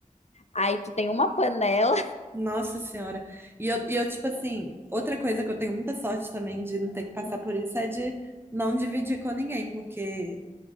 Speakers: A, on the left; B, on the right.
A: aí tu tem uma panela.
B: Nossa Senhora. E eu, e eu, tipo assim, outra coisa que eu tenho muita sorte também de não ter que passar
A: <laughs>
B: por isso é de não dividir com ninguém, porque